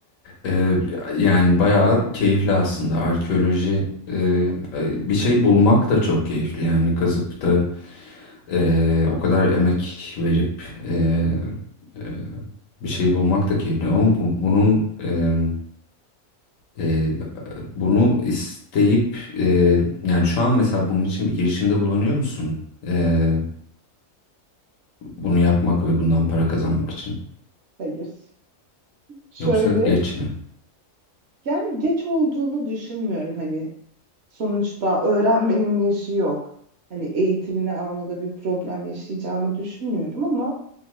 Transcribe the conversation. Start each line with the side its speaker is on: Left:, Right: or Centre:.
Left: Eee, yani bayağı keyifli aslında arkeoloji eee, bir şey bulmak da çok keyifli yani kazıp da eee, o kadar emek verip eee, eee, bir şey bulmak da keyifli ama bu- bunun eee, eee, bunu isteyip eee, yani şu an mesela bunun için bir girişimde bulunuyor musun? Eee, bunu yapmak ve bundan para kazanmak için
Right: Hayır. Şöyle,
Left: yoksa geç mi?
Right: yani geç olduğunu düşünmüyorum hani sonuçta öğrenmenin yaşı yok. Hani eğitimini almada bir problem yaşayacağımı düşünmüyorum ama